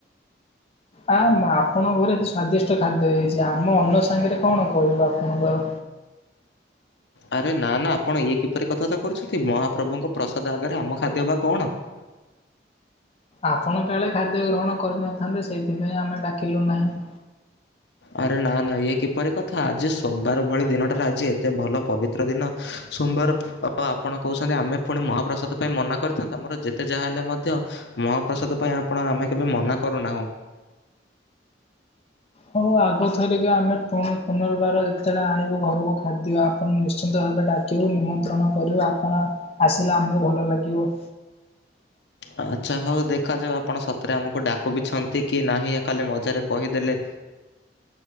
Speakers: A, on the left; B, on the left.
A: ଆ ମା ଆପଣଙ୍କ ଘରେ ଏ ସ୍ଵାଦିଷ୍ଟ ଖାଦ୍ୟ ହେଇଛି, ଆମ ଅନ୍ନ ସାଙ୍ଗରେ କଣ କହିବୁ ଆପଣଙ୍କୁ ଆଉ।
B: ଆରେ ନା ନା ଆପଣ ଇଏ କିପରି କଥାବାର୍ତ୍ତା କରୁଛନ୍ତି, ମହାପ୍ରଭୁଙ୍କ ପ୍ରସାଦ ଆଗରେ ଆମ ଖାଦ୍ୟ ବା କଣ?
A: ଆପଣ କାଳେ ଖାଦ୍ୟ ଗ୍ରହଣ କରିନଥାନ୍ତେ, ସେଇଥିପାଇଁ ଆମେ ଡାକିଲୁ ନାହିଁ।
B: ଆରେ ନା ନା ଇଏ କିପରି କଥା? ଆଜି ସୋମବାର ଭଳି ଦିନଟାରେ ଆଜି ଏତେ ଭଲ ପବିତ୍ର ତ୍ର ଦିନ, ସୋମବାର, ଆପଣ କହୁଛନ୍ତି ଆମେ ପୁଣି ମହାପ୍ରସାଦ ପାଇଁ ମନା କରିଥାନ୍ତୁ। ଆମର ଯେତ ତେ ଯାହାହେଲେ ମଧ୍ୟ ମହାପ୍ରସାଦ ପାଇଁ ଆପଣ ଆମେ କେବେ ମନା କରୁନାହୁଁ।
A: ହଉ ଆଗଥରିକି ଆମେ ପୁଣି ପୁନର୍ବାର ଯେତେବେଳେ ଆଣିବୁ ଘରକୁ ଖାଦ୍ୟ, ଆପଣ ନିଶ୍ଚିନ୍ତ ଭାବେ ଡାକ ବୁ ନିମନ୍ତ୍ରଣ କରିବୁ ଆପଣ ଆସିଲେ ଆମକୁ ଭଲ ଲାଗିବ।
B: ଆଚ୍ଛା ହଉ ଦେଖାଯାଉ ଆପଣ ସତରେ ଆମକୁ ଡାକୁ ବିି ଛନ୍ତି କି ନାହିଁ ଖାଲି ମଜାରେ କହିଦେଲେ।